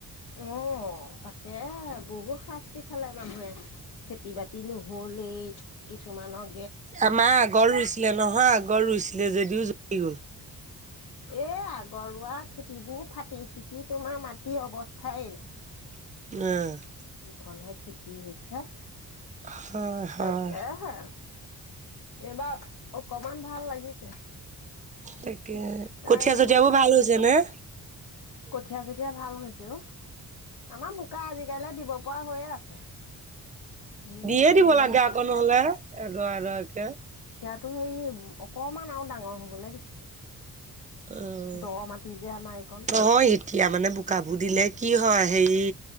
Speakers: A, on the left; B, on the right.
A: অ তাকে বহুত সাচ খালে মানুহে খেতি বাতি নহলেই কিছুমানক।
B: আমা আগত ৰুইছিলে নহয় আগত ৰুইছিলে যদিও জ্বলি গ'ল।
A: এ আগৰুৱা খেতিবোৰ ফাটি চিটি তোমাৰ মাটিৰ অৱস্থাই নাই।
B: উম।
A: যিখনহে খেতি হৈছে
B: হয় হয়
A: তাকে হে। এইবাৰ অকমান ভাল লাগিছে।
B: তাকে
A: <unintelligible> কাৰেন্টটো
B: কঠীয়া চঠিয়াবোৰ
A: গুচি
B: ভাল
A: গ'ল,
B: হৈছে
A: অ'!
B: নে?
A: কঠিয় চঠিয়ীয়া ভাল হৈছে অ। আমাৰ বোকা আজি। ইয়ালে দিব পৰা হৈয়ে আছে। ধুনীয়াকে
B: দিয়ে দিব
A: উলিয়াই
B: লাগে,
A: থৈছে।
B: আকৌ নহ'লে, এডৰা-এডৰাকে।
A: টো সেই অকমান আৰু ডাঙৰ হ'বলৈ দিছে।
B: অ'!
A: দ মাটি যে আমাৰ এইকণ
B: নহয়, এতিয়া মানে, বোকাবোৰ দিলে কি হয় হেৰি